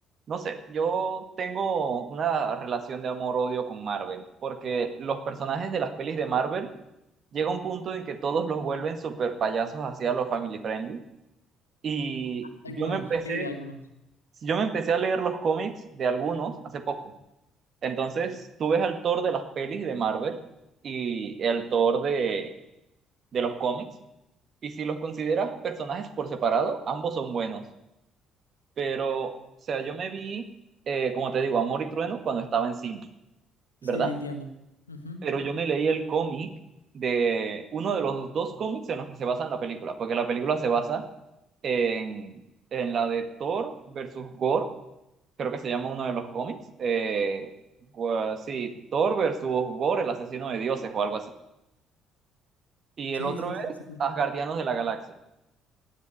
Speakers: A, on the right; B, on the left.
A: no sé, yo tengo una relación de amor-odio con Marvel. Porque los personajes de las pelis de Marvel llega un punto en que todos los vuelven super payasos hacia los family friendly. Y
B: algunos,
A: yo me empecé.
B: sí, algunos.
A: Sí, yo me empecé a leer los cómics de algunos hace poco. Entonces, tú ves al Thor de las pelis de Marvel y el Thor de, de los cómics. Y si los consideras personajes por separado, ambos son buenos. Pero, o sea, yo me vi, eh, como te digo, Amor y Trueno cuando estaba en cine, ¿verdad?
B: Sí, entiendo. Ujú.
A: Pero yo me leí el cómic de uno de los dos cómics en los que se basa la película, porque la película se basa en, en la de Thor versus Gore creo que se llama uno de los cómics. Eh, gua- sí, Thor versus Gore, el asesino de dioses o algo así. Y
B: Sí,
A: el otro
B: sí,
A: es
B: sí, sí.
A: Asgardianos
B: sí.
A: de la Galaxia.